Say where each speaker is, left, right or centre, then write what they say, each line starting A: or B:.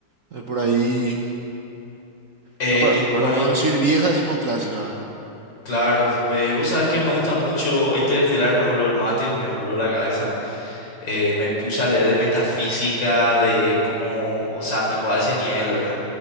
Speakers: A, on the right (about 50°); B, on the left (about 60°).
A: Eh, por ahí.
B: Eh,
A: No, para,
B: y,
A: para
B: bueno,
A: no
B: y
A: decir vieja, decimos clásica, ¿verdad?
B: claro, eh, vos sabés que me gusta mucho Interestelar, me voló el mate, me voló la cabeza, Eh, me puse a leer de metafísica, de cómo, o sea, tipo a ese nivel, ¿verdad?